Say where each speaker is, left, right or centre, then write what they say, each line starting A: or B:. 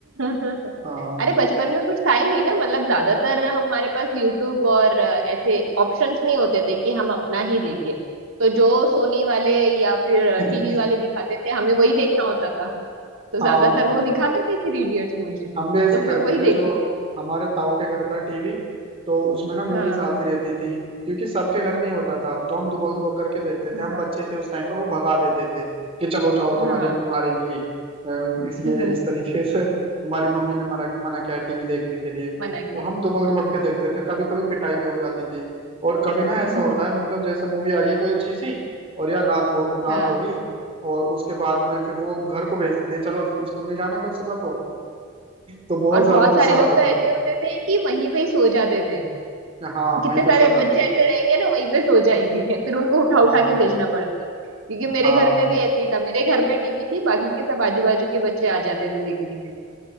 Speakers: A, on the right (about 70°); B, on the right (about 25°).
A: <laughs>
B: हाँ
A: अरे बचपन में कुछ था ही नहीं ना मतलब ज्यादातर हमारे पास यूट्यूब और अ, ऐसे ऑप्शंस नहीं होते थे कि हम अपना ही देखें तो जो सोनी वाले या फिर
B: <laughs>
A: टीवी वाले दिखाते थे हमें वही देखना होता था तो
B: हाँ
A: ज्यादातर वो दिखाते थे थ्री इडियट्स मुझे
B: हम भी ऐसे
A: तो
B: करते
A: मैं वही
B: थे
A: देखती
B: जो
A: थी मैं।
B: हमारे ताऊ के घर था टीवी तो उसमें ना मूवीज
A: हाँ
B: आती रहती थी क्योंकि सबके घर नहीं होता था तो हम दुबक दुबक करके देखते
A: हाँ
B: थे हम बच्चे थे उस टाइम पर वो भगा देते थे कि चलो जाओ तुम्हारी
A: हाँ
B: अम्मी मारेंगी अ, इस ये
A: <laughs>
B: इस तरीके से तुम्हारी मम्मी ने मना मना किया है टीवी देखने के लिए
A: मना किया
B: तो हम
A: है।
B: दुबक दुबक
A: हाँ
B: के देखते थे कभी कभी पिटाई भी हो जाती थी और कभी ना
A: <laughs>
B: ऐसा होता है मतलब जैसे मूवी आ रही है कोई अच्छी सी और यार रात हो रात
A: हाँ
B: हो गई और उसके बाद में फिर वो घर को भेज देते चलो स्कूल नहीं जाना कल सुबह को तो बहुत
A: और बहुत
B: ज्यादा
A: सारे
B: गुस्सा
A: लोग
B: आता
A: तो ऐसे
B: था
A: होते थे कि वहीं पे ही सो जाते थे
B: हाँ
A: कितने
B: वहीं पे
A: सारे
B: सो जाते
A: बच्चे ऐसे
B: थे
A: रहेंगे ना वहीं पे सो जाएंगे <laughs> फिर उनको उठा
B: हाँ
A: उठा के भेजना पड़ता है क्योंकि मेरे
B: हाँ
A: घर में भी ऐसे ही था मेरे घर में टीवी थी बाकी के सब आजू बाजू के बच्चे आ जाते थे देखने के लिए